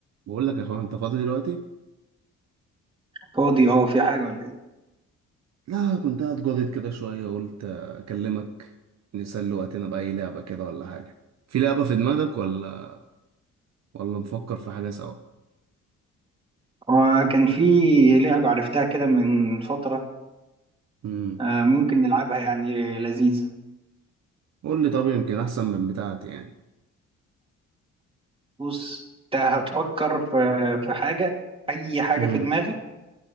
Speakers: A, on the right; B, on the right.
A: بقول لك يا اخويا انت فاضي دلوقتي
B: فاضي هو في حاجة ولا ايه؟
A: لا كنت قاعد جادد كده شويه قلت اكلمك نسلي وقتنا باي لعبه كده ولا حاجه في لعبه في دماغك ولا ولا نفكر في حاجه سوا
B: هو كان في لعبة عرفتها كده من فترة
A: امم
B: آه، ممكن نلعبها يعني لذيذة
A: قول لي طب يمكن احسن من بتاعتي يعني
B: بص انت هتفكر في في حاجة أي حاجة
A: امم
B: في دماغك